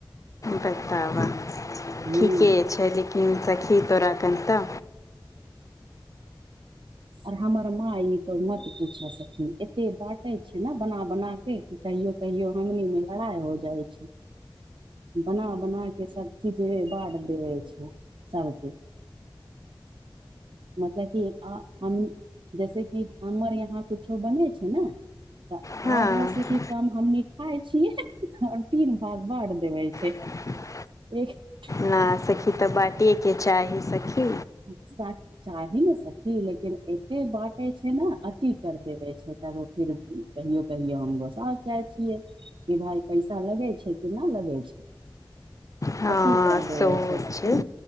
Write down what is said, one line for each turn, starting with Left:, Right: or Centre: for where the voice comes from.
Left: बताबऽ
Right: हूँ
Left: ठीके छै लेकिन सखी तोरा कनि तऽ
Right: आर हमर माँय ई के मत पूछय सखी एते बाँटे छै न बना बना क कहियो कहियो हमनी मे लड़ाइ हो जाइ छै बना बना क सब चीजबे बाट देबे छै सबके मतलब की आ हम जैस कि हमर यहाँ कुछो बनेै छै ने तऽ
Left: हँ
Right: आधा से ही काम हमनी खाय छीयै आओर तीन भाग बाट देबे छै
Left: ह <unintelligible>
Right: इस्स
Left: ना सखी तऽ बाँटेके चाही सखी
Right: सा चाहि न स की लेकिन एते बाँटे छै न अती कर देबे छै तब फिर कहियो कहियो हम गोसा जाय छियै कि भाय पैसा लगै छै कि न लगै छै।
Left: हँ
Right: अति कर देबे
Left: सोच
Right: छ सखि